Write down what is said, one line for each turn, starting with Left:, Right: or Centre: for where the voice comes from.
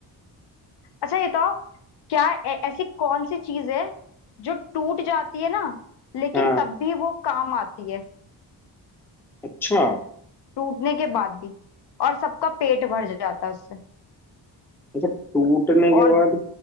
Left: अच्छा ये बताओ क्या ऐ- ऐसी कौन सी चीज है जो टूट जाती है ना लेकिन
Centre: हाँ
Left: तब भी वो काम आती है
Centre: अच्छा
Left: टूटने के बाद भी और सबका पेट भर जाता है उससे
Centre: अच्छा टूटने
Left: और
Centre: के बाद